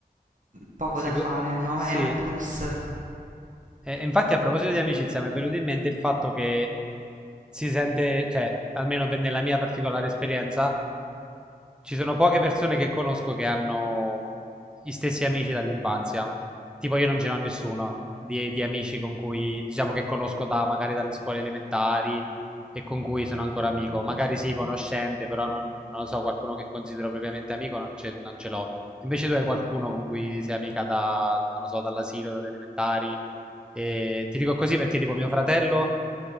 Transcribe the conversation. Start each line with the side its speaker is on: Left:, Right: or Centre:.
Right: poco
Centre: Sicu-
Right: da fare, no?
Centre: sì.
Right: È un
Centre: E-
Right: plus.
Centre: e infatti, a proposito di amicizia, mi è venuto in mente il fatto che si sente, cioè, almeno per- nella mia particolare esperienza, Ci sono poche persone che conosco che hanno gli stessi amici dall'infanzia. Tipo io non ce n'ho nessuno di, di amici con cui, diciamo che conosco da, magari dalle scuole elementari e con cui sono ancora amico. Magari sì, conoscente, però non, non lo so, qualcuno che considero propriamente amico non ce, non ce l'ho. Invece tu hai qualcuno con cui sei amica da, non lo so, dall'asilo, dalle elementari. E ti dico così perché tipo mio fratello